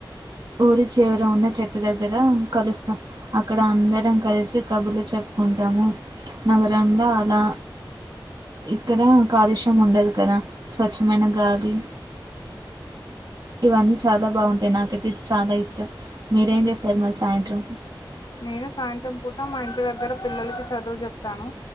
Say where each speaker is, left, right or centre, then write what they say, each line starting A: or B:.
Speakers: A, on the right; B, on the left.
A: ఊరి చివర ఉన్న చెట్టు దగ్గర కలుస్తాం అక్కడ అందరం కలిసి కబుర్లు చెప్ కుంటాము నగరంలో అలా ఇక్కడ కాలుష్యం ఉండదు కదా స్వచ్ఛమైన గాలి ఇవన్నీ చాలా బాగుంటాయి నాకైతే చాలా ఇష్టం మీరేం చేస్తారు మరి సాయంత్రం
B: నేను సాయంత్రం పూట మా ఇంటి దగ్గర పిల్లలకి చదువు చెప్తాను